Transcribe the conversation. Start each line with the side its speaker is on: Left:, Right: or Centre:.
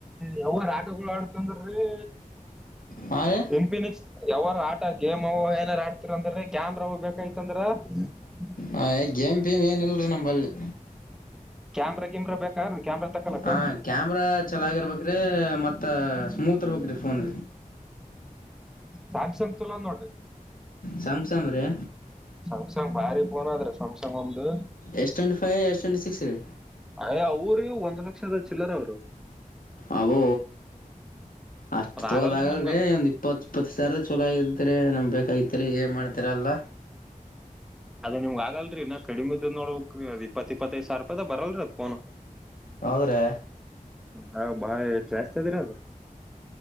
Centre: ಯಾವರ ಆಟಗಳು ಅಂದು ರೀ
Left: ಹಾ ರೀ
Centre: ಇನ್ಫಿನಿಕ್ಸ್ ಯಾವಾರ ಆಟ ಗೇಮ್ ಏನಾರ ಆಡ್ತಿರಂದ್ರೆ ಕ್ಯಾಮ್ರಾವವು ಬೇಕಾಯಿ ತಂದ್ರೆ ರೀ ಹ
Left: ಹ ಗೇಮ್ ಟಿವಿ ಮ್ ಏನ್‌ಇಲ್ರಿ ನಮಲ್ಲಿ
Centre: ಕ್ಯಾಮ್ರಾ ಗಿಮ್ರಾ ಬೇಕಾನ್ರಿ ಕ್ಯಾಮ್ರಾ ತಕೊಲಕ್ಕ
Left: ಹ ಕ್ಯಾಮೆರಾ ಚಲೋ ಆಗಿರ್ಬೇಕ ಮತ್ತ ಸ್ಮೂತ ಇರ್ಬೇಕು ರೀ ಫೋನ್
Centre: ಸ್ಯಾಮ್ಸಂಗ್ ಚಲೋ ನೋಡ್ರಿ
Left: ಸಾಂಮ್ ಸಂಮ್ ರಿ
Centre: ಸಂಮ್ ಸಾಂಗ್ ಬಾರಿ ಪೋನ್ ಆದ್ರೆ ಸಂಮ್ ಸಾಂಗು ದು
Left: S twenty five S twenty six ರಿ
Centre: ಅಯ ಅವರು ಒಂದ್ ಲಕ್ಷದ ಚಿಲ್ಲರ ಅವ್ರು
Left: ಅಬೋ ಅಷ್ಟ್
Centre: ಅದ
Left: ತೊಗೋದ
Centre: ಆಗಲ್ರಿ
Left: ಆಗಲ್ರೀ
Centre: ನಿಮ್ಗ ಅದ
Left: ಒಂದ್ ಇಪ್ಪತ್ತು ಇಪ್ಪತ್ತು ಸಾವಿರ ಚಲೋ ಇದ್ರೆ ನಮ್ ಬ ಕೈತ್ರೆ ಏನ್ ಮಾಡ್ತೀರ ಅಲ್ಲ
Centre: ಅದೇ ನಿಮ್ ಆಗಲ್ರರಿ ಇನ್ನ ಕಡಿಮೆ ನೋಡ್ಬೇಕ ರೀ ಅದ್ ಇಪ್ಪತ್ ಇಪ್ಪತ್ತೈದು ಸಾವಿ ರೂಪಾಯ್ದ ಬರಲ್ರಿ ಅದ್ಫೋನ್
Left: ಹೌದ್ರಿ
Centre: ಹಾಬ್ಬ ಯ್ ಜಾಸ್ತಿ ನೇ ಅದು